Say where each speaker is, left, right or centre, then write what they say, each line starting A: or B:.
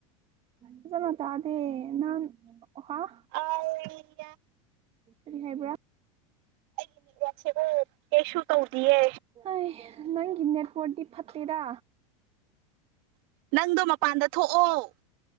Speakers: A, on the right; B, on the right.
A: ꯐꯖꯅ ꯇꯥꯗꯦ ꯅꯪ ꯍꯥꯎ
B: <unintelligible>
A: ꯍꯩꯕ꯭ꯔꯥ
B: ꯑꯩꯒꯤ ꯀꯩꯁꯨ ꯇꯧꯗꯤꯌꯦ
A: ꯑꯩ ꯅꯪꯒꯤ ꯅꯦꯠꯋꯥꯔꯠꯇꯤ ꯐꯠꯇꯦꯗꯥ
B: ꯅꯪꯗꯣ ꯃꯄꯥꯟꯗ ꯊꯣꯛꯑꯣ